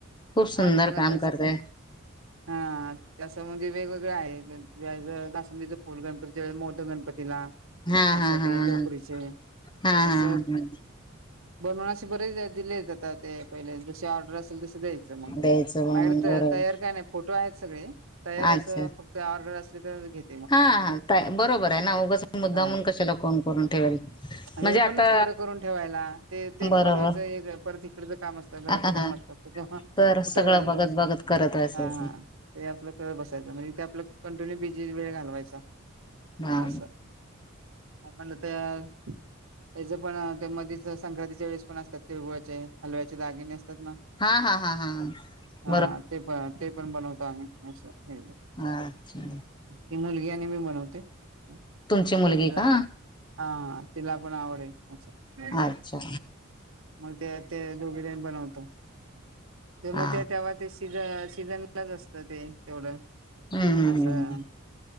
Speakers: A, on the left (about 20°); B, on the right (about 75°).
A: खूप सुंदर
B: आणि मग आता
A: काम करताय
B: हा तसं म्हणजे वेगवेगळं आहे जास्वंदाच फुल गणपतीच्या वेळी मोदक गणपतीला.
A: हा
B: अस
A: हा
B: ते
A: हा
B: लोकरीचे
A: हा. हा
B: अस-
A: हा
B: बनवून असे बरेच दिले आता ते पहिले जशी ऑर्डर असेल तशे द्याय च मग ते
A: द्यायचं
B: मायाकडे
A: म्हणून बरोबर
B: तयार का नाही. फोटो आहेत सगळे तयार असं
A: अच्छा
B: फक्त ऑर्डर असले तर घेत
A: हा हा ताई बरोबर आहे ना उगच मुद्दाऊन
B: हा
A: कशाला कोन करून ठेवेल. म्हणजे
B: वेळ
A: आता
B: पण नसत एवढं करून ठेवायला ते ते
A: बरोबर
B: बनवायचं हे परत इकडच काम असतं, घरातली
A: हा
B: काम असतात कुठे मंग
A: तर
B: कुठे
A: सगळं
B: करायचं
A: बघत
B: अस
A: बघत
B: ये
A: करत असायचं
B: हा ते आपलं करत बसायचं म्हणजे ते आपलं कंटिन्यू बिजी वेळ घालवायचा
A: हा
B: मग अस आपण आता- त्याच पण तेमध्येच संक्रांतीच्या वेळेस पण असतात तीळगुळाचे हलव्याचे दागिने असतात ना.
A: हा हा हा हा हा
B: हा ते पण ते पण बनवतो आम्ही असं <unintelligible>
A: हा अच्छा
B: ते मुलगी आणि मी बनवते तिला-
A: तुमची मुलगी का
B: हा तिला पण आवड आहे अस असं-
A: अच्छा
B: मग ते ते दोघीजणी बनवतो. ते
A: हा
B: मग ते तेव्हा ते सिझ सीझनलाज असतं ते तेवढं-
A: हम्म
B: असं,